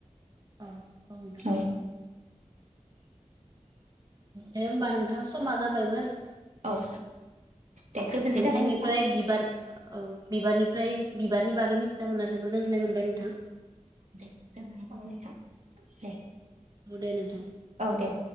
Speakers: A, on the right; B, on the right.
A: औ औ नोंथां
B: औ।
A: दे होमबा नोंथां समा जाबायमोन
B: औ दे गोजोननाय
A: नोंथांनिफ्राय
B: थाबाय नोंथां
A: बिबार औ बिबारनिफ्राय बिबारनि बागै मिथिना मोनना जोबोर गोजोननाय मोनबाय नोंथां।
B: दे गोजोननाय थाबाय नोंथां दे।
A: औ दे नोंथां।
B: औ दे